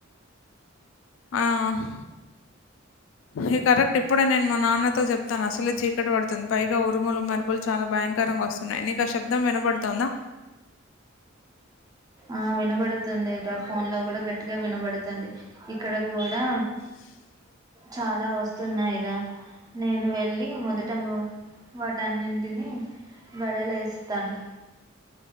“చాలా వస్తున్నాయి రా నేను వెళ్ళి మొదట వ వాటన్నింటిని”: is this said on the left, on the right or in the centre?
Right